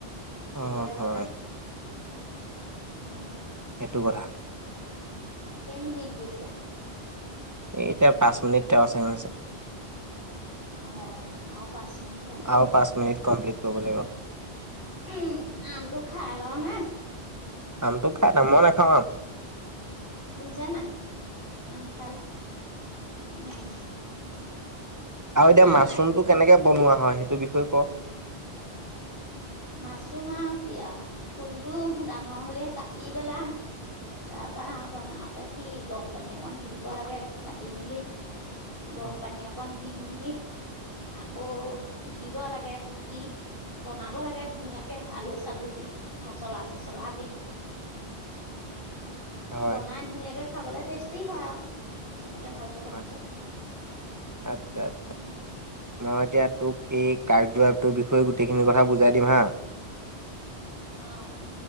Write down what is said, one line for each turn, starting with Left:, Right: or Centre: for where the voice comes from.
Left: সেইটোহে
Right: অ', হয়
Left: কথা উম
Right: সেইটো কথা।
Left: কেইমিনিট গৈছে?
Right: এতিয়া পাঁচ মিনিট তেওঁ চেঙছে
Left: অ', আৰু পাঁচ মিনিট আছেই
Right: আৰু পাঁচ মিনিট কমপ্লিট কৰিব লাগিব।
Left: উম, আমটো খাই ল' নে।
Right: আমটো খাই নাম মই নেখাওঁ আম।
Left: শুনিছা নে নাই আম খাই ল' উম।
Right: আৰু এতিয়া
Left: আম
Right: মাছৰুমটো কেনেকে বনোৱা হয় সেইটো বিষয়ে ক'।
Left: উম। মাছৰুম আৰু কি আৰু ফুলটো ডাঙৰ হলে কাটি পেলা তাৰ পৰা হ বনাওতে কি গৰম পানী অকন দি দিব লাগে কাটি মেলি। গৰম
Right: অ',
Left: পানী অকণ দিম। মেলি আকৌ টুকিব লাগে টুকি বনাব লাগে ধুনীয়াকে আলু চালু দি মচলা চচলা দি
Right: হয়।
Left: বনাই ধুনীয়াকে খাবলে টেষ্টি হয় আৰু তেনেকে ভালকে বনালে।
Right: হয় আচ্ছা আচ্ছা। মই
Left: আম
Right: এতিয়া
Left: খালা
Right: তোক এই কাৰ্যই বিষয়ে গোটেইখ ক বুজাই দিম হা
Left: আহ।